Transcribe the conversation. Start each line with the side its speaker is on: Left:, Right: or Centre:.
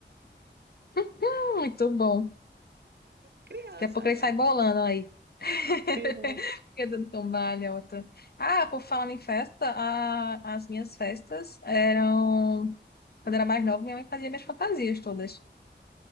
Left: <laughs> muito bom.
Right: Criança,
Left: Daqui a pouco ele
Right: né?
Left: sai bolando aí. <laughs>
Right: É?
Left: Fica dando tombalha, outra. Ah, por falar em festa, a- as minhas festas eram Quando eu era mais nova, minha mãe fazia minhas fantasias todas.